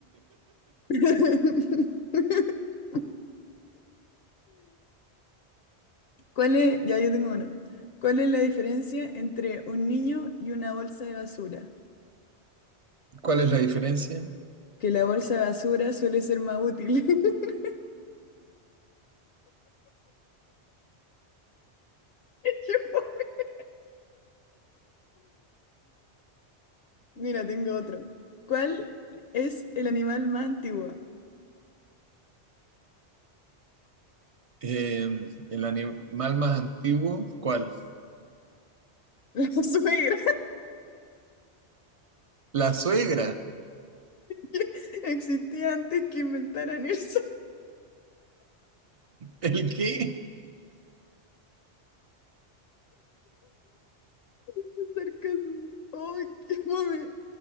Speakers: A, on the left; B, on the right.
A: <laughs> ¿Cuál es? Ya yo tengo uno. ¿Cuál es la diferencia entre un niño y una bolsa de basura?
B: ¿Cuál es la diferencia?
A: Que la bolsa de basura suele ser más útil. <laughs> Qué fome. Mira, tengo otro. ¿Cuál es el animal más antiguo?
B: Eh, el animal más antiguo, ¿cuál?
A: La <laughs> suegra
B: La suegra.
A: que existía antes que inventaran el <laughs> sarcasmo.
B: ¿El qué?
A: El sarcasmo. ¡Ay, qué mami!